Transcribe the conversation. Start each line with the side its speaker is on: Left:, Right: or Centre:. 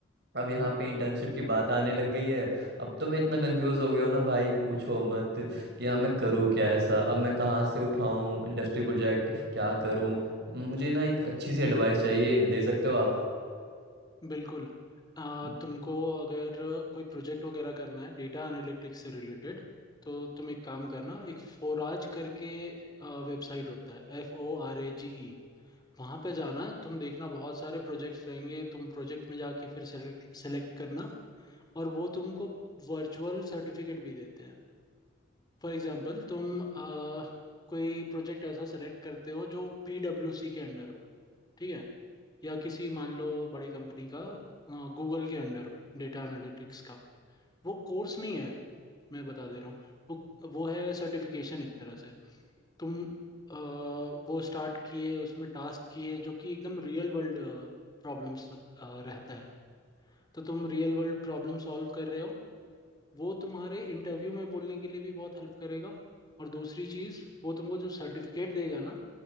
Right: अब यहाँ पे इंटर्नशिप की बात आने लग गई है अब तो मैं इतना कंफ्यूज हो गया हूँ ना भाई पूछो मत कि हाँ मैं करूँ क्या ऐसा अब मैं कहाँ से उठाऊँ इंडस्ट्री प्रोजेक्ट क्या करूँ मुझे ना एक अच्छी सी एडवाइस चाहिए दे सकते हो आप
Left: बिल्कुल अ,
Right: चल
Left: तुमको अगर कोई प्रोजेक्ट वगैरह करना है डेटा एनालिटिक्स से रिलेटेड तो तुम एक काम करना एक फोराज करके वेबसाइट होता है एफ ओ आर ए जी ई वहाँ पे जाना तुम देखना बहुत सारे प्रोजेक्ट्स रहेंगे तुम प्रोजेक्ट में जाके फिर सेलेक्ट करना और वो तुमको वर्चुअल सर्टिफिकेट भी देते हैं फॉर एग्जांपल तुम अ, कोई प्रोजेक्ट ऐसा सेलेक्ट करते हो जो पीडब्ल्यूसी के अंडर हो ठीक है या किसी मान लो बड़ी कंपनी का गूगल के अंडर हो डेटा एनालिटिक्स का वो कोर्स नहीं है मैं बता दे रहा हूँ वो वो है सर्टिफिकेशन एक तरह से तुम अ, वो स्टार्ट किए उसमें टास्क किए जो कि एकदम रियल वर्ल्ड प्रॉब्लम्स रहता है तो तुम रियल वर्ल्ड प्रॉब्लम सॉल्व कर रहे हो वो तुम्हारे इंटरव्यू में बोलने के लिए भी बहुत हेल्प करेगा और दूसरी चीज़ वो तुमको जो सर्टिफिकेट देगा ना